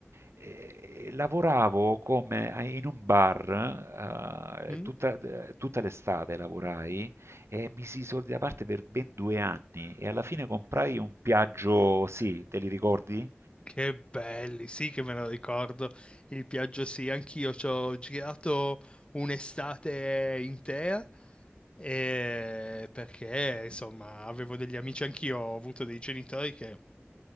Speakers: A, on the right; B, on the left.
A: eh, lavoravo come in un bar,
B: Mm.
A: eh, tutta, tutta l'estate lavorai e misi i soldi da parte per ben due anni e alla fine comprai un Piaggio, sì, te li ricordi?
B: Che belli, sì che me lo ricordo, il Piaggio sì, anch'io ci ho girato un'estate intera e- perché insomma avevo degli amici, anch'io ho avuto dei genitori che